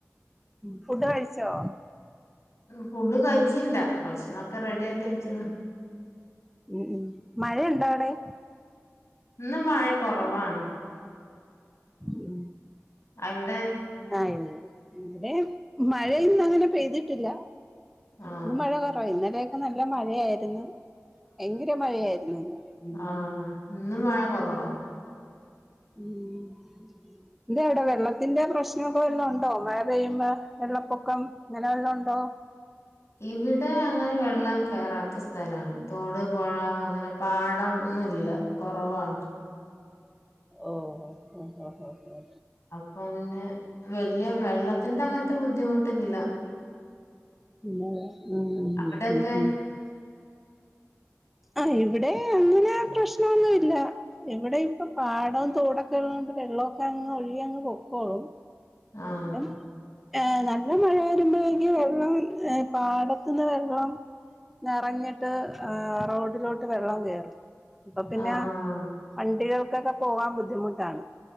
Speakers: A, in the centre; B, on the left (about 60°).
A: ഫുഡ് കഴിച്ചോ
B: ഫുഡ് കഴിച്ചില്ല ഭക്ഷണക്കെ റെഡിയാക്കി വെച്ചിണ്
A: ഉം ഉം മഴയുണ്ടോവിടെ
B: ഇന്നു മഴ കൊറവാണ്
A: ഉം
B: അവിടെ
A: ആ ഇ ഇവിടേം മഴ ഇന്നങ്ങനെ പെയ്തിട്ടില്ല
B: ആഹ്
A: ഇന്ന് മഴ കൊറവായ് ഇന്നലെയൊക്കെ നല്ല മഴയായിരുന്നു ഭയങ്കര മഴയായിരുന്നു ഇന്നല
B: ആ ആ ആ ഇന്നു മഴ കുറവാ
A: ഉ ഉം ഇത് എവ്ടെ വെള്ളത്തിന്റെ പ്രശ്നൊക്കെ വല്ലോ ഉണ്ടോ മഴ പെയ്യുമ്പോ വെള്ളപ്പൊക്കം ഇങ്ങനെ വല്ലം ഉണ്ടോ
B: ഇവിടെ അങ്ങനെ വെള്ളം കയറാത്ത സ്ഥലമാണ് തോട് പുഴ അങ്ങനെ പാടം ഒന്നുല്ല കുറവാണ്
A: ഓ ഓ ഓ ഓ ഓ ഓ ഓ ഓ
B: അപ്പൊ പിന്നെ വല്ല്യ വെള്ളത്തിന്റെ അങ്ങൻത്തെ ബുദ്ധിമുട്ട്ന്നില്ല
A: <unintelligible>
B: അവിടെയൊക്കെ
A: ആ ഇവിടെ അങ്ങനെ പ്രശ്നഒന്നു ഇല്ല ഇവിടെ ഇപ്പൊ പാടം തോടൊക്കെള്ളണ്ട് വെള്ളമൊക്കെ അങ്ങ് ഒഴ്കി അങ്ങ് പൊക്കോളും
B: ആഹ്
A: മതം ഏ നല്ല മഴ വരുമ്പോഴേക്ക് വെള്ളം ഏ പാടത്ത് ന്ന് വെള്ളം നറഞ്ഞിട്ട് ആ റോഡിലോട്ട് വെള്ളം കേറും അപ്പൊ പിന്നെ
B: ആഹ്
A: വണ്ടികൾക്കൊക്കെ പോവാൻ ബുദ്ധിമുട്ടാണ്